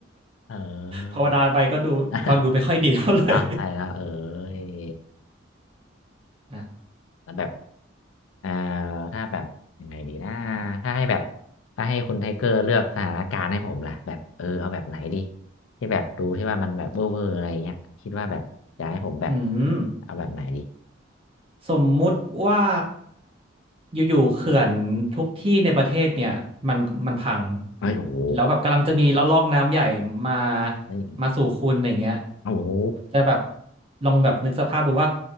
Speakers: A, on the left; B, on the right.
A: เออ
B: ภาวนาไปก็ดูฟังดูไม่ค่อยดีเท่าไหร่
A: <laughs> เนาะใช่แล้วเออ
B: <laughs> นะ
A: แต่แบบ เอ่อถ้าแบบยังไงดีนะถ้าให้แบบถ้าให้คุณไทเกอร์เลือกสถานการณ์ให้ผมล่ะแบบเออเอาแบบไหนดีที่แบบดูที่ว่ามันแบบเวอร์เวอร์อะไรเงี้ยคิดว่าแบบอยากให้ผมแบบ
B: อืม
A: เอาแบบไหนดี
B: สมมุติว่าอยู่ๆเขื่อนทุกที่ในประเทศเนี่ยมันมันพัง
A: ไอ้ยโอ้โห
B: แล้วแบบกำลังจะมีละลอกน้ำใหญ่มา
A: เฮ้ย
B: มาสู่คุณอะไรเงี้ย
A: โอ้โห
B: จะแบบลองแบบนึกสภาพดูว่า